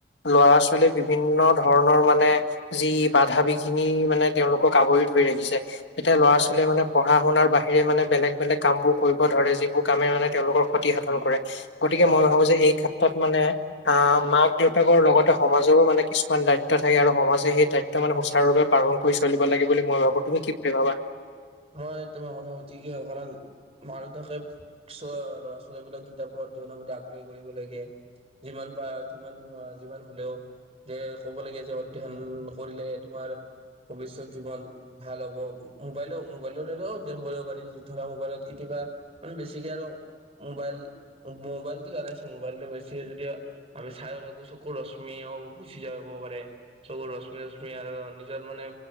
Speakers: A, on the left (about 80°); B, on the right (about 35°).
A: ল'ৰা-ছোৱালী বিভিন্ন ধৰ- ধৰণৰ মানে যি বাধা বিঘিনি মানে তেওঁলোকক আৱৰি ধৰি ৰাখিছে - এতিয়া লৰা-ছোৱালীয়ে
B: হয়
A: মানে - পঢ়া শুনাৰ বাহিৰে মানে বেলেগ বেলেগ কামবোৰ কৰিব ধৰে, যিবোৰ কামে মানে তেওঁলোকৰ ক্ষতি সাধন কৰে। গতিকে
B: হয়
A: মই ভাবো যে এই ক্ষেত্ৰত মানে আহ মাক দেউতাকৰ লগতে সমাজৰো মানে কিছুমান দায়িত্ব- দায়িত্ব থাকে আৰু সমাজে সেই দায়িত্ব মানে সুচাৰুৰূপে পাল কৰি চলিব লাগে বুলি মই ভাবো। তুমি কি বুলি ভাবা?
B: হয় তোমাৰ কথা সঠিকে হয়, কাৰণ মাক দেউতাকে - চ্ ল'ৰা-ছোৱালীবিলাক কিতাপৰ অধ্যয়নৰ প্ৰতি আগ্ৰহী কৰিব লাগে। যিমান বা যিমান বা যিমান হলেও - যে ক'ব লাগীয়া যে অধ্যয়ন কৰিলে তোমাৰ - ভৱিষ্যত জীৱন ভাল হ'ব, মোবাইলও- মোবাইলত হ'লেও অধ্যয়ন কৰিব পাৰি, ধৰা মোবাইলত কেতিয়াবা মানে বেছিকে আৰু মোবাইল - মোবাইলটো জানাই চোন, মোবাইলটো বেছি যদি দিয়া- আমি চাইও থাকো চকুৰ ৰশ্মিও গুচি যাব পাৰে। চকু ৰশ্মি ৰশ্মি আৰু নিজৰ মানে